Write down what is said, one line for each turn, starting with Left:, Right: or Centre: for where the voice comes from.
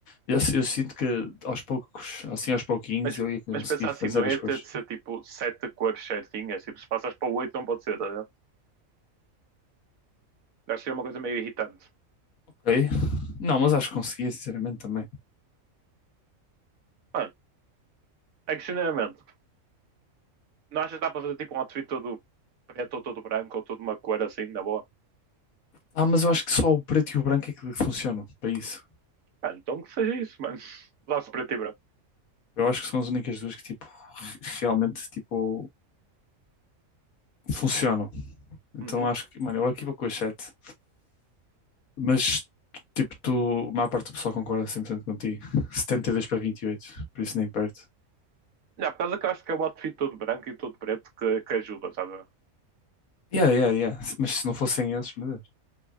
Left: Eu, eu sinto que aos poucos, assim aos pouquinhos,
Right: Mas,
Left: eu ia conseguir
Right: mas pensa assim,
Left: fazer
Right: não ia
Left: as coisas.
Right: ter de ser tipo sete cores certinhas, tipo, se passas para oito não pode ser, estás a ver? Acho que é uma coisa meio irritante.
Left: Ok? Não, mas acho que conseguia, sinceramente, também.
Right: Mano, é que genuinamente, não achas que dá para fazer tipo um outfit todo preto ou todo branco ou toda uma cor assim, na boa?
Left: Ah, mas eu acho que só o preto e o branco é que funcionam para isso.
Right: Mano, então que seja isso, mano. <laughs> Lá-se preto e branco.
Left: Eu acho que são as únicas duas que, tipo, re- realmente, tipo, funcionam. Então
Right: Uhum.
Left: acho que, mano, eu aqui vou com as sete. Mas, tipo, tu, a maior parte do pessoal concorda 100% contigo. setenta e dois para vinte e oito. por isso nem perto.
Right: Já, por causa que eu acho que é o outfit todo branco e todo preto que, que ajuda, sabe?
Left: Yeah, yeah, yeah. Mas se não fossem esses, meu Deus.